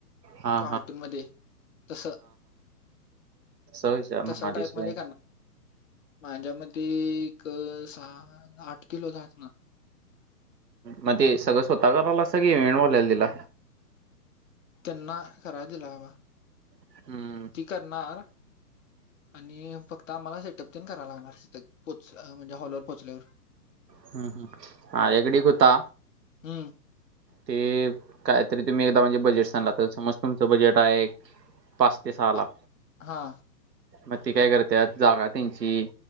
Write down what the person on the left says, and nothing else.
कार्टून मध्ये तस
तसा
टाईप मध्ये
माझ्या मते एक सहा आठ किलो झाात <unintelligible> ना
त्यांना कराय दिला होता.
ती करणार आणि फक्त आम्हाला सेटअप पण कराव लागणार, पोच म्हणजे हॉलवर पोचल्यावर.
हम्म.
आ हा